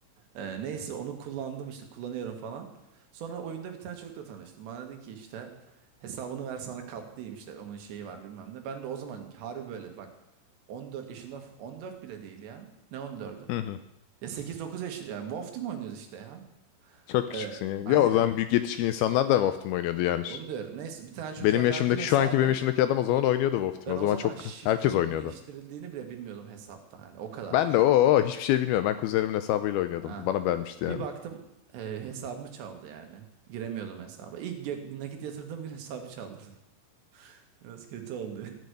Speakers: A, on the right; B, on the left.
A: Ee, neyse onu kullandım işte kullanıyorum falan. Sonra oyunda bir tane çocukla tanıştım. Bana dedi ki işte hesabını ver sana katlayayım işte onun şeyi var bilmem ne. Ben de o zaman harbi böyle bak 14 yaşında 14 bile değil ya. Ne 14'ü?
B: Hı hı.
A: Ya 8-9 yaş yani WoW Team oynuyoruz işte ya.
B: Çok küçüksün
A: Ee,
B: ya.
A: aynen.
B: Ya o zaman büyük yetişkin insanlar da Wolf'tum oynuyordu yani.
A: Onu diyorum. Neyse bir tane çocuğa
B: Benim yaşımdaki
A: verdim hesabı.
B: şu anki benim yaşımdaki adam o zaman oynuyordu WoW
A: Ben
B: Team.
A: o
B: O zaman
A: zaman
B: çok
A: şifrenin
B: herkes oynuyordu.
A: değiştirildiğini bile bilmiyordum hesapta. Hani o kadar
B: Ben
A: düşün.
B: de o hiçbir şey bilmiyorum. Ben kuzenimin hesabıyla oynuyordum.
A: Ha.
B: Bana vermişti
A: Bir
B: yani.
A: baktım e, hesabımı çaldı yani. Giremiyordum hesaba. İlk ya- nakit yatırdığım gün hesabı çaldırdı. <laughs> Biraz kötü oldu.